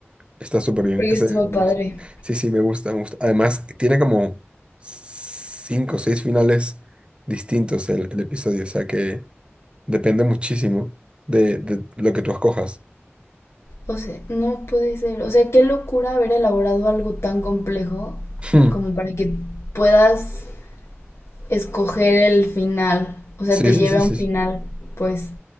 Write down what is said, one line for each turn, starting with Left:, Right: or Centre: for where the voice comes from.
Right: Está súper bien.
Left: porque
Right: Ese
Left: estuvo
Right: me
Left: padre.
Right: gusta. Sí, sí, me gusta, me gusta. Además, tiene como cinco o seis finales distintos el, el episodio, o sea que depende muchísimo de, de lo que tú escojas.
Left: O sea, no puede ser, o sea, qué locura haber elaborado algo tan complejo
Right: Hmm.
Left: como para que puedas escoger el final, o sea,
Right: Sí,
Left: te
Right: sí,
Left: lleve
Right: sí,
Left: a
Right: sí.
Left: un final,
Right: sí.
Left: pues